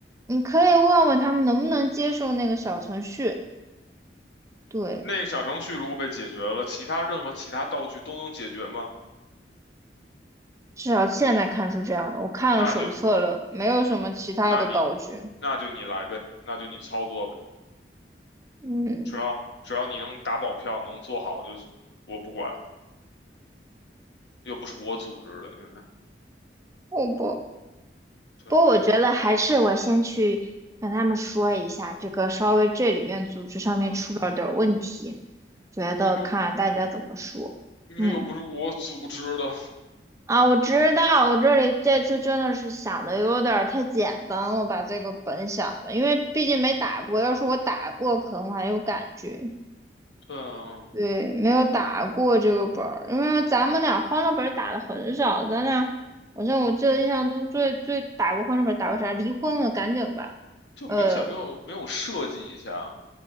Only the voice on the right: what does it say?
你可以问问他们能不能接受那个小程序。对，
至少现在看出这样的。我看了手册了，
没有什么其他的道具。
嗯，
好吧。
不过我觉得还是我先去跟他们说一下，
这个稍微这里面组织上面出了点儿问题，
觉得看大家怎么说。
嗯，啊，我知道，我这里这次真的是想的有点儿太简单了，把这个本想的，因为毕竟没打过，要是我打过，可能我还有感觉。
对，没有打过这个本儿，因为咱们俩欢乐本儿打的很少，咱俩好像我记得印象中最最打过欢乐本儿打过啥？离婚了，赶紧吧。
呃，